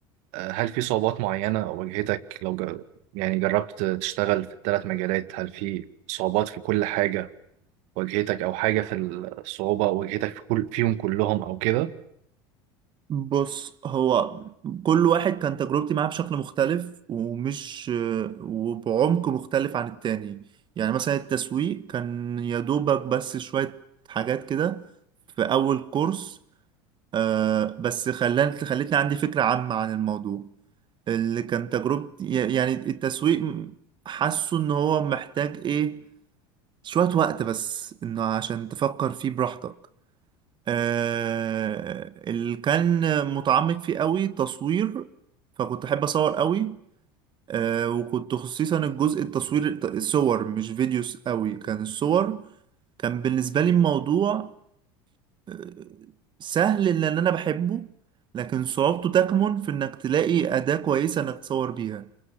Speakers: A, on the right (about 65°); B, on the right (about 40°).
A: آه، هل في صعوبات معينة واجهتك لو جر... يعني جربت تشتغل في الثلاث مجالات هل في صعوبات في كل حاجة واجهتك او حاجه في الصعوبه او واجهتك في كل فيهم كلهم او كده
B: بص هو كل واحد كان تجربتي معاه بشكل مختلف ومش وبعمق مختلف عن التاني يعني مثلا التسويق كان يا دوبك بس شوية حاجات كده في أول كورس آه، بس خلاني خلتني عندي فكرة عامة عن الموضوع اللي كان تجربتي يعني التسويق حاسه إن هو محتاج إيه شوية وقت بس إنه عشان تفكر فيه براحتك آه، اللي كان متعمق فيه قوي تصوير فكنت احب اصور قوي آه، وكنت خصيصا الجزء التصوير الت- الصور مش فيديوز قوي كان الصور كان بالنسبة لي الموضوع آه، سهل لان انا بحبه لكن صعوبته تكمن في انك تلاقي أداة كويسة انك تصور بيها